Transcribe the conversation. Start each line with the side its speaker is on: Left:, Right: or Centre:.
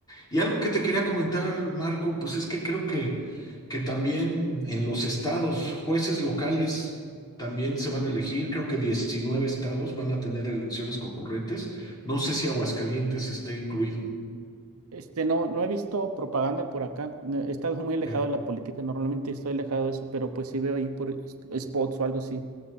Left: Y algo que te quería comentar, Marco, pues es que creo que, que también en los estados, jueces locales también se van a elegir. Creo que 19 estados van a tener elecciones concurrentes. No sé si Aguascalientes esté incluido.
Right: Este, no, no he visto propaganda por acá. no, He estado muy alejado
Left: Mm.
Right: de la política. Normalmente estoy alejado de eso, pero pues sí veo ahí por est- spots o algo así.